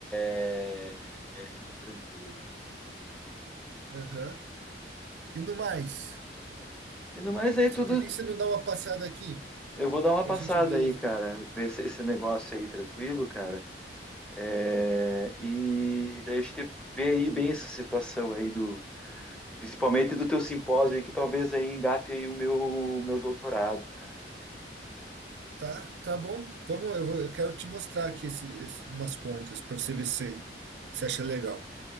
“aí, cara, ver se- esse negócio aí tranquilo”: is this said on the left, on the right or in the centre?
Centre